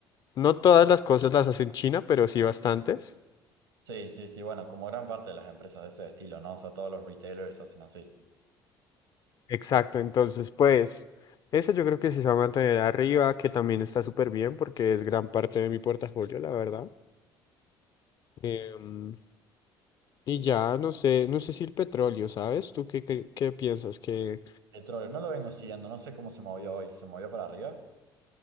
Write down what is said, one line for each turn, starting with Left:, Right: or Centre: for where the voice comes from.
Left: no todas las cosas las hace en China, pero sí bastantes.
Right: Sí, sí, sí, bueno, como gran parte de las empresas de ese estilo, ¿no? O sea, todos los retailers hacen así.
Left: Exacto, entonces pues esa yo creo que sí se va a mantener arriba, que también está súper bien porque es gran parte de mi portafolio, la verdad. Em, Y ya, no sé, no sé si el petróleo, ¿sabes? ¿Tú qué, qué, qué piensas que...
Right: el Petróleo, no lo vengo siguiendo, no sé cómo se movió hoy. ¿Se movió para arriba?